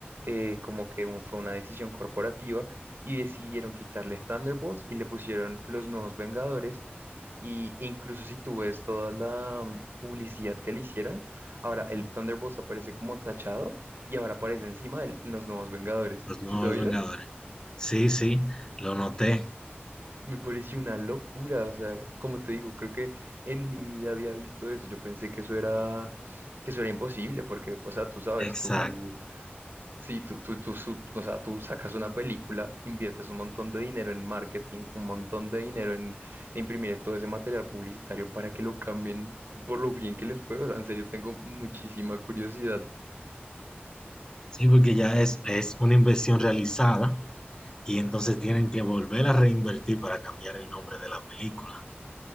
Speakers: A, on the right; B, on the left.
A: eh, como que un- fue una decisión corporativa y decidieron quitarle Thunderbolts y le pusieron Los Nuevos Vengadores. Y incluso si tú ves toda la mm, publicidad que le hicieron, ahora el Thunderbolts aparece como tachado y ahora aparece encima el- los nuevos Vengadores.
B: los nuevos
A: ¿Sí sabías?
B: Vengadores. Sí, sí, lo noté.
A: Me pareció una locura, o sea, como te digo, creo que en mi vida había visto eso. Yo pensé que eso era, que eso era imposible, porque, o sea, tú sabes,
B: Exacto.
A: tú, sí, tú, tú, tú, su- o sea, tú sacas una película, inviertes un montón de dinero en marketing, un montón de dinero en, en imprimir todo ese material publicitario para que lo cambien por lo bien que le fue. O sea, en serio, tengo muchísima curiosidad
B: Sí, porque ya es, es una inversión realizada Y entonces tienen que volver a reinvertir para cambiar el nombre de la película.